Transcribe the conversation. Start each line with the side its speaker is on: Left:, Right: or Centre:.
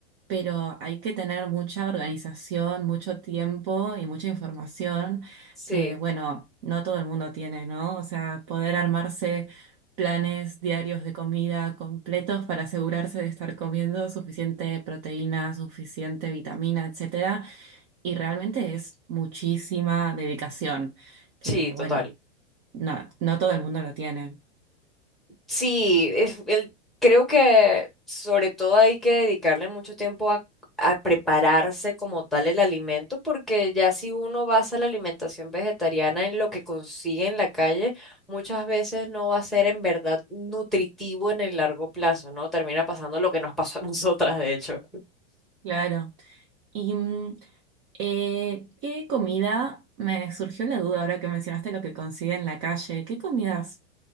Right: pero hay que tener mucha organización, mucho tiempo y mucha información
Centre: Sí.
Right: que, bueno, no todo el mundo tiene, ¿no? O sea, poder armarse planes diarios de comida completos para asegurarse de estar comiendo suficiente proteína, suficiente vitamina, etcétera. Y realmente es muchísima dedicación, que
Centre: Sí, total.
Right: bueno, no, no todo el mundo lo tiene.
Centre: Sí, es- el- creo que sobre todo hay que dedicarle mucho tiempo a, a prepararse como tal el alimento, porque ya si uno basa la alimentación vegetariana en lo que consigue en la calle, muchas veces no va a ser en verdad nutritivo en el largo plazo, ¿no? Termina pasando lo que nos pasó a <laughs> nosotras, de hecho.
Right: Claro. Y mm, eh, ¿qué comida? Me surgió la duda ahora que mencionaste lo que consigue en la calle. ¿Qué comidas